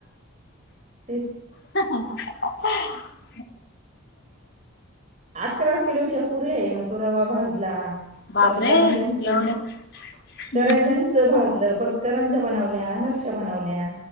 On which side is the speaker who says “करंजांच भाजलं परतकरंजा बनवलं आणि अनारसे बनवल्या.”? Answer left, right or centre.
Right